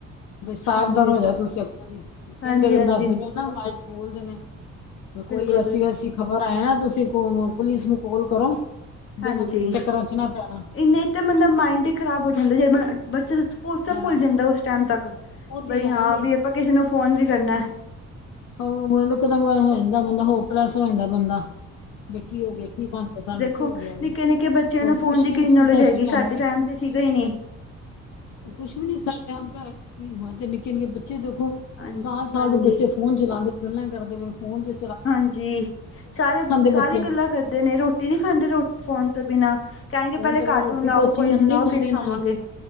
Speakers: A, on the left; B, on the left.
A: ਬਈ ਸਾਵਧਾਨ
B: ਹਾਂਜੀ
A: ਹੋ ਜਾਓ ਤੁਸੀਂ ਅੱਗੋਂ ਦੀ, ਕਹਿੰਦੇ
B: ਹਾਂਜੀ
A: ਬਈ
B: ਹਾਂਜੀ
A: ਦੱਸਦੇ ਪਏ ਕਹਿੰਦੇ ਆਵਾਜ਼ ਬੋਲਦੇ ਨੇ, ਤੇ ਕੋਈ
B: ਬਿਲਕੁਲ
A: ਐਸੀ-
B: ਬਿਲਕੁਲ
A: ਵੈਸੀ ਖ਼ਬਰ ਆਏ ਨਾ ਤੁਸੀਂ ਕੋ, ਪੁਲਿਸ ਨੂੰ ਕਾਲ ਕਰੋ, ਬਈ
B: ਹਾਂਜੀ
A: ਐਨਾਂ ਦੇ ਚੱਕਰਾਂ 'ਚ ਨ ਪੈਣਾ
B: ਇੰਨੇ 'ਚ ਤੇ ਬੰਦਾ ਮਾਇੰਡ ਹੀ ਖਰਾਬ ਹੋ ਜਾਂਦਾ ਜੇ ਮ ਬੱਚਾ ਪ ਪੁਲਸ
A: ਹਾਂ
B: ਭੁੱਲ ਜਾਂਦਾ ਉਸ ਟੈਮ ਤੱਕ,
A: ਉਹ ਤੇ
B: ਬਈ
A: ਹੈ
B: ਹਾਂ
A: ਹੀ ਹੈ
B: ਬੀ ਆਪਾਂ ਕਿਸੇ ਨੂੰ ਫੋਨ ਵੀ ਕਰਨਾ
A: ਓ ਇੱਕਦਮ ਹੋ ਜਾਂਦਾ ਬੰਦਾ ਹੋਪਲੈਸ ਹੋ ਜਾਂਦਾ ਬੰਦਾ, ਵੀ ਕੀ ਗਿਆ ਕੀ ਬਣ ਸਾਨੂੰ
B: ਖੋ,
A: ਕੀ ਹੋ ਗਿਆ ਵੇ
B: ਨਿੱਕੇ- ਨਿੱਕੇ ਬੱਚਿਆਂ
A: ਹੋਰ
B: ਨੂੰ ਫੋਨ
A: ਕੁਛ
B: ਦੀ
A: ਵੀ
B: ਕਿੰਨੀ
A: ਨੀ ਸੁਝਦਾ
B: ਨੌਲੇਜ
A: ਇਸ
B: ਹੈਗੀ,
A: ਟਾਈਮ
B: ਸਾਡੇ ਟੈਮ ਤੇ ਸੀਗਾ ਹੀ ਨੀ
A: ਕੁੱਛ ਵੀ ਨੀ ਸਾਡਾ ਟੈਮ ਤਾਂ ਹੋ ਨਿੱਕੇ- ਨਿੱਕੇ ਬੱਚੇ ਦੇਖੋ,
B: ਹਾਂਜੀ
A: ਸਾਲ- ਸਾਲ
B: ਹਾਂਜੀ
A: ਦੇ ਬੱਚੇ ਫੋਨ ਚਲਾਉਂਦੇ, ਗੱਲਾਂ ਕਰਦੇ, ਫੇਰ ਫੋਨ ਦੇ
B: ਹਾਂਜੀ, ਸਾਰੇ, ਸਾਰੀ
A: ਬੱਚੇ
B: ਗੱਲਾਂ ਕਰਦੇ ਨੇ ਰੋਟੀ ਨੀ ਖਾਂਦੇ ਰੋ ਫੋਨ ਤੋਂ ਬਿਨਾਂ ਕਹਿਣਗੇ
A: ਫੋਨ
B: ਪਹਿਲੇ
A: ਤੋਂ ਬਗੈਰ
B: ਕਾਰਟੂਨ
A: ਰੋਟੀ
B: ਲਾਓ,
A: ਕੋਈ ਚੀਜ਼
B: ਪੋਇਮ ਲਾਓ,
A: ਨਹੀਂ ਖਾਣੀ
B: ਫੇਰ
A: ਇਹਨਾਂ
B: ਖਾਵਾਂਗੇ
A: ਨੇ